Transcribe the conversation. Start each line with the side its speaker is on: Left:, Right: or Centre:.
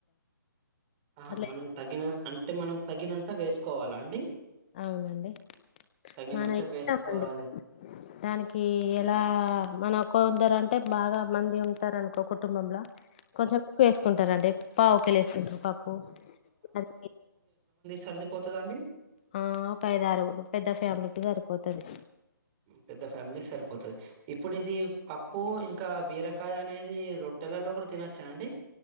Right: ఆ
Left: అట్లా
Right: మనం
Left: వేస్-
Right: తగిన అంటే మనం తగినంత వేసుకోవాలా అండి
Left: అవునండి
Right: తగినంత
Left: మన ఇష్టమండి
Right: వేసుకోవాలి
Left: దానికి ఎలా మన ఒక్క ఉదర అంటే బాగా మంది ఉంటారనుకో కుటుంబంల కొంచెం ఎక్కువ వేసుకుంటానండి పావు కిలో వేసుకుంటా పప్పు అది
Right: సరిపోతాదండి
Left: ఆ ఒక ఐదారుగురు పెద్ద ఫ్యామిలీకి సరిపోతది
Right: పెద్ద ఫ్యామిలీక్ సరిపోతది ఇప్పుడు ఇది పప్పు ఇంకా బీరకాయ అనేది రొట్టెలలో గుడా తినచ్చా అండి